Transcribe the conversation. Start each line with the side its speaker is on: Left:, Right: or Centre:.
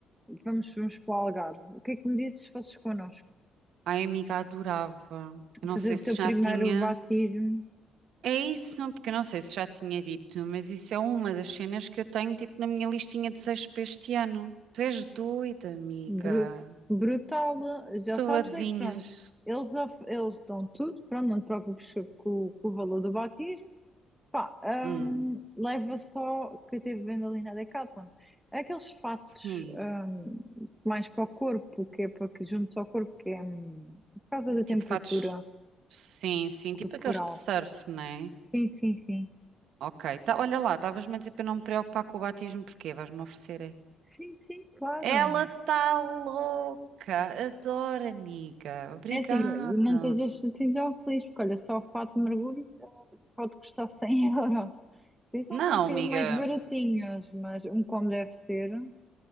Centre: vamos, vamos para o Algarve. O que é que me dizes se fosses connosco?
Right: Ai, amiga, adorava. Eu não
Centre: Fazer
Right: sei
Centre: o
Right: se
Centre: teu
Right: já
Centre: primeiro
Right: tinha.
Centre: batismo.
Right: É isso, não, porque eu não sei se já tinha dito, mas isso é uma das cenas que eu tenho, tipo, na minha listinha de desejos para este ano. Tu és doida, amiga.
Centre: Bru- brutal. Já
Right: Tu
Centre: sabes
Right: adivinhas?
Centre: é que pronto, eles, of- eles dão tudo, pronto, não te preocupes com, com o valor do batismo. Pá,
Right: Hum,
Centre: hum, leva só que eu teve vendo ali na Decathlon. Aqueles fatos
Right: sim.
Centre: hum, mais para o corpo, que é para que juntos ao corpo, que é hum, por causa da temperatura
Right: Tipo, fatos. Sim, sim,
Centre: corporal.
Right: tipo aqueles de surf, né?
Centre: Sim, sim, sim.
Right: Ok, tá, olha lá, estavas-me a dizer para eu não me preocupar com o batismo, porquê? Vais-me oferecer, é?
Centre: Sim, sim, claro.
Right: Ela está louca, adoro, amiga, obrigada.
Centre: É assim, não estejas assim tão feliz, porque olha, só o fato de mergulho eh, pode custar 100 <laughs> euros. Tens
Right: Não,
Centre: uns um bocadinho
Right: amiga,
Centre: mais baratinhos, mas um como deve ser,